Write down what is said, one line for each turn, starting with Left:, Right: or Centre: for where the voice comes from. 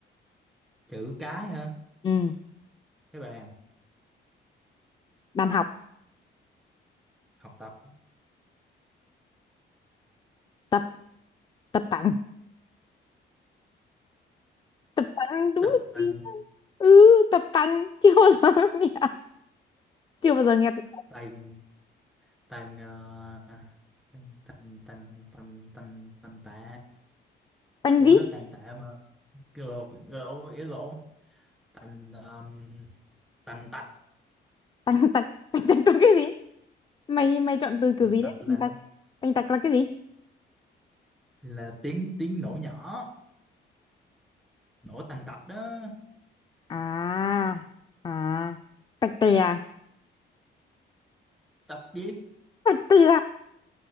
Centre: chữ cái hả
Left: ừ
Centre: các bạn
Left: bàn học
Centre: học tập
Left: tập tập tành tập tành đúng
Centre: tập
Left: là
Centre: tành
Left: gì ừ tập tành <laughs> chưa bao giờ <laughs> nghe chưa bao giờ nghe tập
Centre: tành tành ờ, tành tành tành tành tành tành tạ
Left: tành
Centre: ủa
Left: gì
Centre: đó tàn tạ mà cái lộn cái lộn ý lộn tành um, tành tạch
Left: tành tạch tành tạch là cái gì mày mày chọn từ
Centre: tành
Left: kiểu gì
Centre: tạch
Left: đấy
Centre: là
Left: tành tạch tành tạch là cái gì
Centre: là tiếng tiếng nổ nhỏ nổ tành tạch đó
Left: à à tạch tè à?
Centre: tạch gì
Left: tạch tè